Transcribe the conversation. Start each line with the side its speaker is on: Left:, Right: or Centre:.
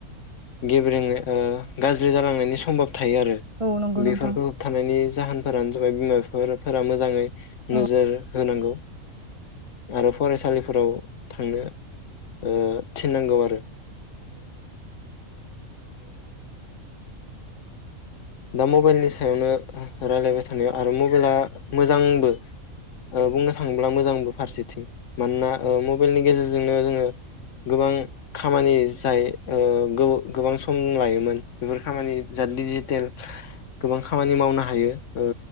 Left: गेब्रेंनाय ओ गाज्रि जालांनायनि सम्भाब थायो आरो
Right: औ नंगौ
Left: बेफोरखौ
Right: नोंथां
Left: होबथानायनि जाहोनफोरानो जाबाय बिमा बिफाफोरा मोजाङै
Right: औ
Left: नोजोर होनांगौ आरो फरायसालिफोराव थांनो ओ थिननांगौ आरो दा मबाइलनि सायावनो ओ रायलायबाय थानायाव आरो मबाइला मोजांबो ओ बुंनो थाङोब्ला मोजांबो फारसेथिं मानोना ओ मबाइलनि गेजेरजोंनो जोङो गोबां खामानि जाय ओ गोबां सम लायोमोन बेफोर खामानि जा दिडजिटेल गोबां खामानि मावनो हायो ओ